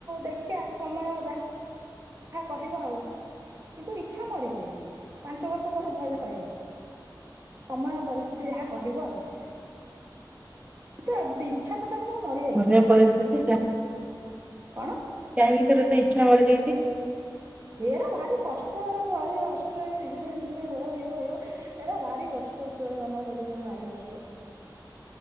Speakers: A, on the right; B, on the right.
A: ଦେଖିବା ସମୟ ଯାହା ଯାହା କହିବ ଆଉ। କିନ୍ତୁ ଇଚ୍ଛା ମରିଯାଇଛି ପାଞ୍ଚ ବର୍ଷ ପରେ ଭଲ ରେ କହିବ। ସମୟ ପରିସ୍ଥିତି ଯାହା କହିବ ଆଉ। ଦେବି ଇଛା ଟୋଟାଲ ମୋର ମରିଯାଇଛି
B: ସମୟ ପରିସ୍ଥିତି
A: କଣ?
B: କାଇଁ ତୋର ଏବେ ଇଚ୍ଛା ମାରିଯାଇଚି।
A: ହେରା ଭାରି କଷ୍ଟ ଏରା ଭାରି କଷ୍ଟ ଶିଯରିଙ୍ଗ ଫିଯରିଙ୍ଗ ହୁଅ ଇଏ ହୁଅ। ଏରା ଭାରି କଷ୍ଟ ଛୁଆ ଜନମ କରିବାର ଭାରି କଷ୍ଟ।